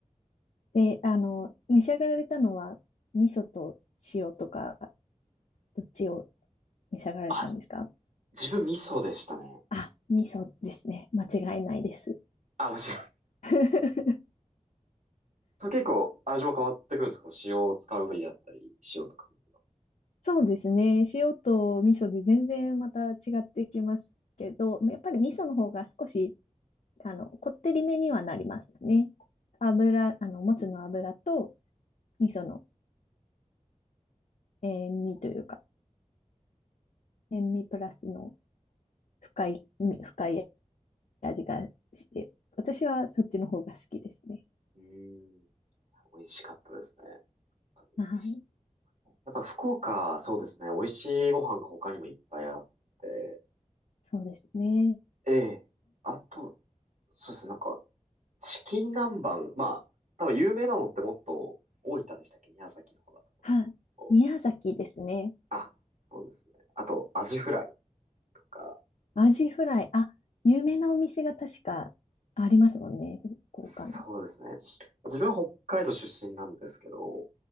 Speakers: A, on the left; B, on the right.
A: で、あの、召し上がられたのは、味噌と塩とか、どっちを召し上がられたんですか
B: あ、自分味噌でしたね。
A: あ、味噌ですね。間違いないです。
B: あ、間違
A: <laughs>
B: そう結構味も変わってくるんですか塩を使う部位だったり、塩とか水が。
A: そうですね。塩と味噌で全然また違ってきますけど、やっぱり味噌の方が少しあの、こってりめにはなりますね。油、あの、もつの油と味噌の塩味というか、塩味プラスの深い、深い味がして、私はそっちの方が好きですね。
B: うーん。美味しかったですね。本当に
A: はい。
B: やっぱ福岡、そうですね。美味しいご飯が他にもいっぱいあって。
A: そうですね。
B: ええ。あと、そうですね。なんか、チキン南蛮。まあ、多分有名なのってもっと大分でしたっけ宮崎の方だったと
A: はい。
B: 思うんですけど。
A: 宮崎ですね。
B: あ、そうですね。あと、アジフライとか。
A: アジフライ。あ、有名なお店が確かありますもんね。福岡に。
B: そうですね。自分は北海道出身なんですけど、